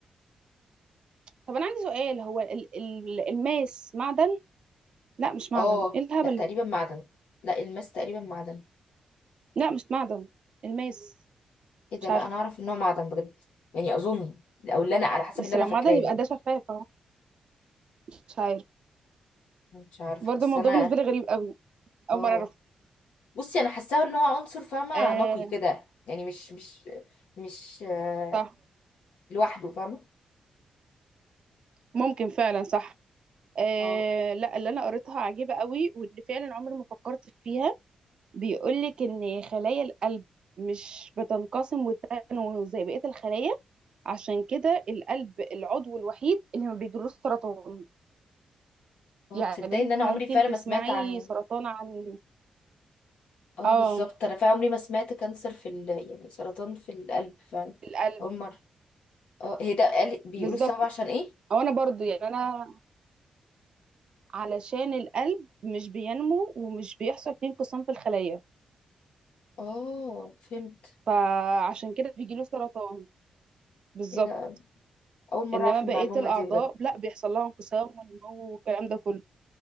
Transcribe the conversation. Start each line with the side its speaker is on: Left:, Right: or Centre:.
Right: طب انا عندي سؤال هو ال- ال- الماس معدن لا مش معدن
Left: اه
Right: ايه الهبل
Left: لا تقريبا
Right: ده
Left: معدن لا الماس تقريبا معدن
Right: لا مش معدن الماس
Left: ايه ده
Right: مش
Left: لا
Right: عارفه
Left: انا اعرف ان هو معدن بجد يعني اظن او اللي انا على حسب
Right: بس
Left: اللي انا
Right: لو
Left: فاكراه
Right: معدن
Left: يعني
Right: يبقى ده شفاف اهو مش عارف
Left: مش عارفة
Right: برضه
Left: بس
Right: الموضوع
Left: انا
Right: بالنسبه لي غريب قوي اول
Left: اه
Right: مره اعرف
Left: بصي انا حاساه ان هو عنصر فاهمه
Right: آه
Left: نقي كده يعني مش مش مش آه،
Right: صح
Left: لوحده فاهمه
Right: ممكن فعلا صح آه
Left: اه
Right: لا اللي انا قريتها عجيبه قوي واللي فعلا عمري ما فكرت فيها بيقول لك ان خلايا القلب مش بتنقسم وتنمو زي بقيه الخلايا عشان كده القلب العضو الوحيد اللي ما بيجيلوش سرطان
Left: اه
Right: يعني
Left: تصدقي
Right: انت
Left: ان انا
Right: ممكن
Left: عمري فعلا ما
Right: تسمعي
Left: سمعت عن
Right: سرطان عن
Left: اه
Right: اه
Left: بالظبط انا فعلا عمري ما سمعت كانسر في ال... يعني سرطان في القلب فعلا
Right: القلب
Left: اول مره اه هي ده قال... بيقولوا
Right: بالظبط
Left: السبب عشان ايه
Right: او انا برضو يعني انا علشان القلب مش بينمو ومش بيحصل فيه انقسام في الخلية
Left: اه فهمت
Right: فعشان كده بيجيله سرطان بالظبط
Left: ايه ده اول مره
Right: انما
Left: اعرف
Right: بقية
Left: المعلومه
Right: الاعضاء
Left: دي بجد
Right: لا بيحصل لها انقسام ونمو والكلام ده كله